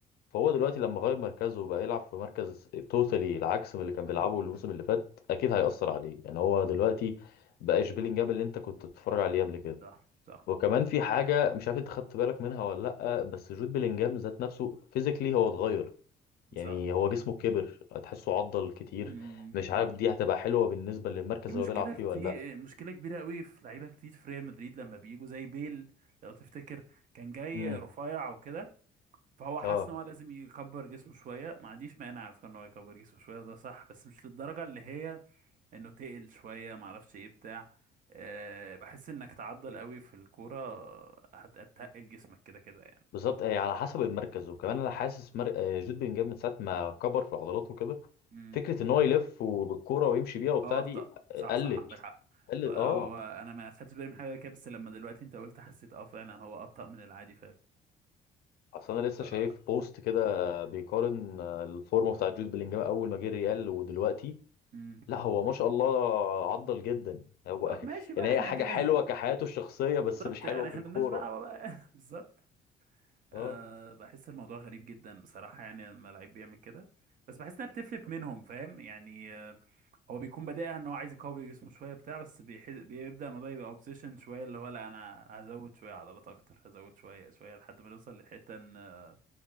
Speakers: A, on the left (about 70°); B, on the right (about 50°).
A: فهو دلوقتي لما غير مركزه وبقى يلعب في مركز توتالي العكس من اللي كان بيلعبه الموسم اللي فات اكيد هيأثر عليه يعني هو دلوقتي بقاش بيلينجهام اللي انت كنت بتتفرج عليه قبل كده
B: صح صح
A: وكمان في حاجة مش عارف انت خدت بالك منها ولا لأ بس جود بيلينجهام ذات نفسه فيزيكلي هو اتغير يعني
B: صح
A: هو جسمه كبر تحسه عضل كتير
B: امم
A: مش عارف دي هتبقى حلوة بالنسبة للمركز
B: في
A: اللي
B: مشكلة
A: هو بيلعب فيه
B: كتير
A: ولا لأ
B: مشكلة كبيرة قوي في لعيبة كتير في ريال مدريد لما بيجوا زي بيل لو تفتكر كان جاي
A: امم
B: رفيع وكده فهو حاسس
A: اه
B: ان هو لازم يكبر جسمه شوية ما عنديش مانع على فكرة ان هو يكبر جسمه شوية ده صح بس مش للدرجة اللي هي انه تقل شوية ما اعرفش ايه بتاع أه بحس انك تعضل قوي في الكورة هتتقل جسمك كده كده يعني
A: بالظبط آه، على حسب المركز وكمان انا حاسس مر... آه، جود بلينجهام من ساعة ما كبر في عضلاته وكده
B: امم
A: فكرة ان هو يلف بالكورة ويمشي بيها وبتاع
B: اه ابطأ
A: دي
B: صح
A: قلت
B: صح عندك حق
A: قلت
B: هو
A: اه
B: انا ما خدتش بالي من حاجة كده بس لما دلوقتي انت قلت حسيت اه فعلا هو ابطأ من العادي
A: اصل انا لسه
B: فعلا
A: شايف بوست كده بيقارن آه، الفورمة بتاع جود بلينجهام اول ما جه ريال ودلوقتي
B: مم.
A: لا هو ما شاء الله عضل جدا هو
B: طب ماشي
A: <laughs>
B: بقى
A: يعني
B: احنا
A: هي حاجة
B: كده
A: حلوة
B: <laughs>
A: كحياته الشخصية بس
B: بالظبط
A: مش حلوة
B: يعني
A: في
B: احنا
A: الكورة
B: ملناش دعوه بقى <laughs> بالظبط أه
A: اه
B: بحس الموضوع غريب جدا بصراحه يعني لما لعيب بيعمل كده بس بحس انها بتفلت منهم فاهم يعني آه، هو بيكون بادئها ان هو عايز يقوي جسمه شويه بتاع بس بيح- بيبدا الموضوع يبقى اوبسيشن شويه اللي هو لا انا هزود شويه عضلات اكتر هزود شويه شويه لحد ما نوصل للحته ان آه،